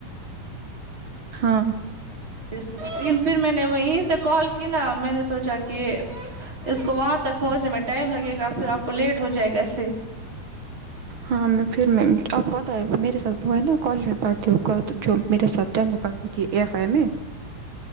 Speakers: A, on the right; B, on the right.
A: ہاں
B: لیکن پھر میں نے وہیں سے کال کی نا میں نے سوچا کہ اس کو وہاں تک پہنچنے میں ٹائم لگے گا پھر آپ کو لیٹ ہو جائے گا اس لیے
A: ہاں میں پھر میں آپ کو پتا ہے میرے ساتھ وہ ہے نا کالج میں پڑھتی ہوں جو میرے ساتھ یننے پڑھتی ک ا ایف آئی میں